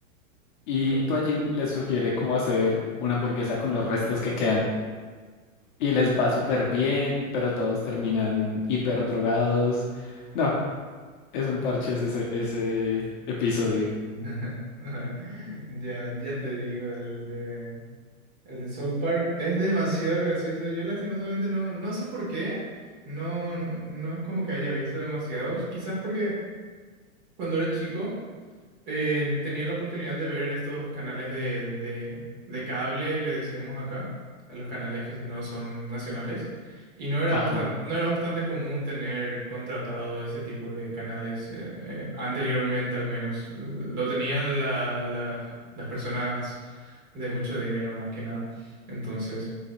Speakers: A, on the left; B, on the right.
A: Y
B: Ok.
A: Toallín les sugiere cómo hacer una hamburguesa con los restos que quedan. Y les va súper bien, pero todos terminan hiper drogados No, es un parche ese, ese episodio.
B: <laughs> Ya, ya te digo, el de, el de South Park es demasiado gracioso. Yo lastimosamente no, no sé por qué. No, no, no es como que haya visto demasiados. Quizás porque Cuando era chico, eh, tenía la oportunidad de ver estos canales de, de- de cable, le decíamos acá, a los canales que no son nacionales, y no era
A: Ajá,
B: bastante, no era bastante común tener contratado ese tipo de canales, eh, eh, anteriormente al menos. Lo tenían la- la- las personas de mucho dinero más que nada. Entonces,